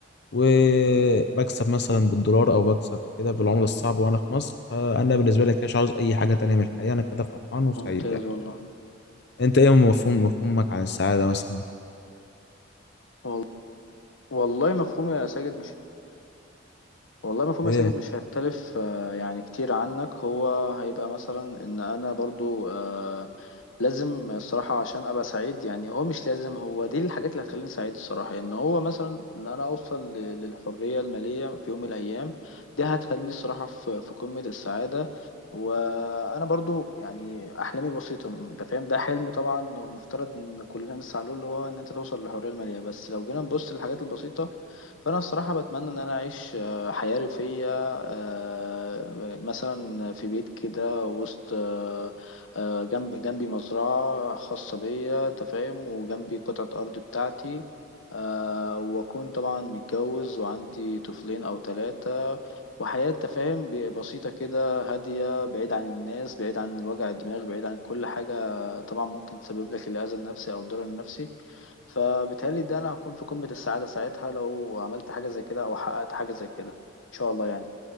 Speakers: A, on the left; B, on the left.
A: وبكسب مثلا بالدولار او بكسب كده بالعمله الصعبه وانا في مصر فانا بالنسبه لي كده مش عاوز اي حاجه تانية من الحياه انا كده فرحان وسعيد
B: ممتاز
A: يعني
B: والله
A: انت ايه مفهوم مفهومك عن السعاده مثلا
B: وال- والله مفهوم يا ساجد مش والله مفهوم
A: ايه
B: يا ساجد مش هيختلف آه، يعني كتير عنك هو هيبقى مثلا ان انا برضو آه، لازم الصراحة عشان ابقى سعيد يعني هو مش لازم هو دي الحاجات اللي هتخليني سعيد الصراحة ان هو مثلا ان انا اوصل ل- للحرية المالية في يوم من الايام دي هتخليني الصراحة في في قمة السعادة وانا برضو يعني احلامي بسيطة انت فاهم ده حلم طبعا المفترض ان كلنا نسعى له اللي هو ان انت توصل للحرية المالية بس لو جينا نبص للحاجات البسيطة فانا الصراحه بتمنى ان انا اعيش آه، حياة ريفية آه، مثلا في بيت كده وسط آه، آه، جنب جنبي مزرعة خاصة بيا أنت فاهم وجنبي قطعة أرض بتاعتي آه، وأكون طبعا متجوز وعندي طفلين أو ثلاثة وحياة أنت فاهم ب- بسيطة كده هادية بعيد عن الناس بعيد عن الوجع الدماغ بعيد عن كل حاجة طبعا ممكن تسبب لك الأذى النفسي أو الضرر النفسي فبالتهيألي ده أنا هكون في قمة السعادة ساعتها لو عملت حاجة زي كده أو حققت حاجة زي كده. شاء الله يعني